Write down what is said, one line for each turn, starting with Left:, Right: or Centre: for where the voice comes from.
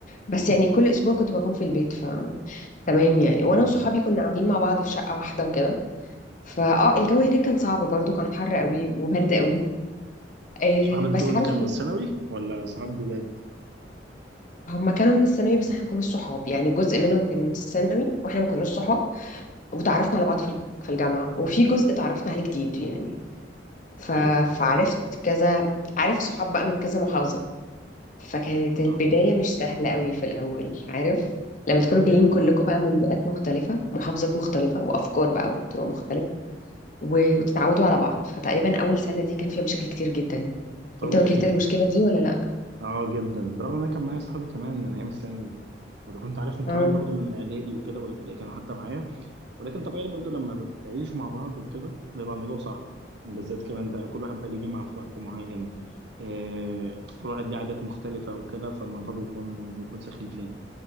Left: بس يعني كل اسبوع كنت بكون في البيت ف تمام يعني وانا
Right: مم.
Left: وصحابي كنا قاعدين مع بعض في شقه واحده وكده فاه الجو هناك كان صعب برضو كان حر قوي وبرد قوي آه
Right: صحابك
Left: بس
Right: دول
Left: عارف
Right: كان من الثانوي ولا صحاب جداد
Left: هم كانوا من الثانوي بس احنا ما كناش صحاب يعني جزء منهم كان من الثانوي واحنا ما كناش صحاب وتعرفنا على بعض في الج- في الجامعه وفي جزء
Right: مم.
Left: تعرفنا عليه جديد يعني ف...
Right: ايوه
Left: فعرفت كذا عارف صحاب بقى من كذا محافظه فكانت البداية
Right: اه
Left: مش سهلة قوي في الأول عارف لما تكونوا
Right: طبيعي
Left: جايين كلكم
Right: اه
Left: بقى من بيئات مختلفة محافظات مختلفة وأفكار بقى وطرق مختلفة و- وتتعودوا على بعض فتقريبا أول سنة دي كان فيها مشاكل كتير جدا
Right: طبيعي
Left: أنت واجهت المشكلة
Right: اه
Left: دي ولا لأ؟
Right: اه جدا برغم ان انا كان معايا اصحابي كمان من ايام الثانوي واللي كنت عارفهم كمان
Left: اه
Right: برضو من الاعدادي وكده والابتدائي كانوا حتى معايا ولكن طبيعي برضو لما بتعيشوا مع بعض وكده بيبقى الموضوع صعب بالذات كمان بقى كل واحد بقى ليه جامعة في وقت معين إيه كل واحد ليه عادات مختلفة وكده فالموضوع بيكون بيكون سخيف يعني